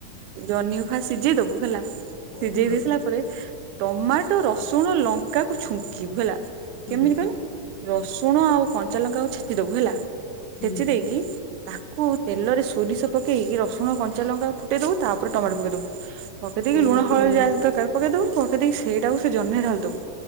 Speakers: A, on the right; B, on the left.
A: ଜହ୍ନିକୁ ଖାଲି ସିଜେଇ ଦବୁ ହେଲା ସିଜେଇ
B: ହୁଁ
A: ଦେଇ ସାଲା ପରେ ଟମାଟୋ ରସୁଣ ଲଙ୍କାକୁ ଛୁଙ୍କିବୁ ହେଲା
B: ହୁଁ
A: କେମିତି କହନି? ରସୁଣ ଆଉ କଞ୍ଚା ଲଙ୍କା ଛେଚିଦବୁ ହେଲା
B: ହୁଁ
A: ଛେଚି ଦେଇକି ତାକୁ ତେଲରେ ସୋରିଷ ପକେଇକି ରସୁଣ-କଞ୍ଚା ଲଙ୍କାକୁ ଫୁଟେଇଦବୁ, ତାପରେ ଟମାଟୋ ପକେଇ ଦବୁ। ପକେଇ ଦେଇକି
B: ଓହୋ।
A: ଲୁଣ, ହଳଦୀ ଯାହା ଯାହା ଦରକାର ପକେଇଦବୁ, ପକେଇ ଦେଇକି ସେଇଟାକୁ ସେ ଜହ୍ନି ରେ ଢାଳି ଦବୁ।